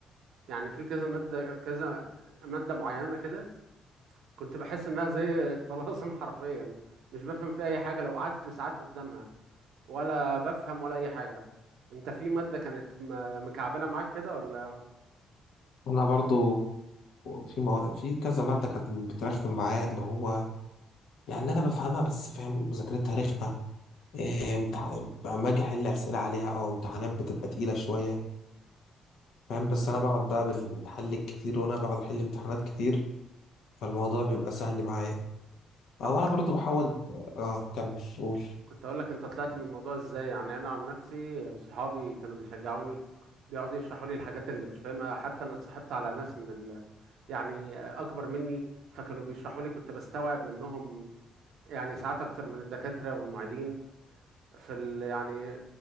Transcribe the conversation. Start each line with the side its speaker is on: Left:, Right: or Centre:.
Right: يعني في كذا ماده كذا ماده معينه كده كنت بحس انها زي الطلاسم <laughs> حرفيا مش بفهم في اي حاجه لو قعدت ساعات قدامها ولا بفهم ولا اي حاجه انت في ماده كانت م- مكعبله معاك كده ولا
Left: انا برضو في مو... في كذا ماده كانت بترخم معايا اللي هو يعني انا بفهمها بس فاهم مذاكرتها رخمه إيه، امتح- لما اجي احل اسئله عليها او امتحانات بتبقى تقيله شويه فاهم بس انا بقعد بقى بالحل الكتير وانا بقعد احل امتحانات كتير فالموضوع بيبقى سهل معايا او
Right: طب وطل...
Left: انا برضو بحاول اه كمل قول
Right: كنت اقول لك انت طلعت من الموضوع ازاي يعني انا عن نفسي صحابي كانوا بيشجعوني بيقعدوا يشرحوا لي الحاجات اللي مش فاهمها حتى انا اتصاحبت على ناس من ال... يعني اكبر مني فكانوا بيشرحوا لي كنت بستوعب منهم يعني ساعات اكتر من الدكاتره والمعيدين في ال... يعني